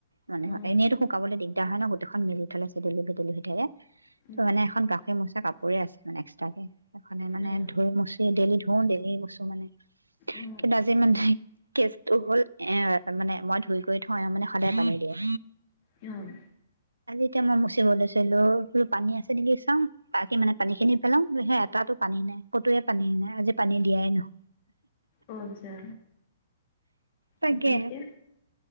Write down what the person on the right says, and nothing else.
মানে
এনেইতো শুকাবলৈ দিগদাৰ হয় ন গোটেইখন মেলি থলে চছেডেলি ভেদিলি ভি থাইে
ত মানে এখন গাখীৰ মোচা কাপোৰ পৰি আছে এক্সট্ৰে মানে
ধ মি ডেইেলি ধওঁ দে এই বস্তু মানে কিন্তু
আজি মান কেচটো হ'ল এ মানে মই ধুই গৈ হয় মানে সদায় কামি দিয়ে
আজি এতিয়া মই মচিবলৈ চোোৰ পানী আছে নেকি চাওঁ বাকী মানে পানী খিনি পেলাও স এটাতো পানী নাই কতোৱে পানী নাই আজি পানী দিয়াই নহ
তাকে।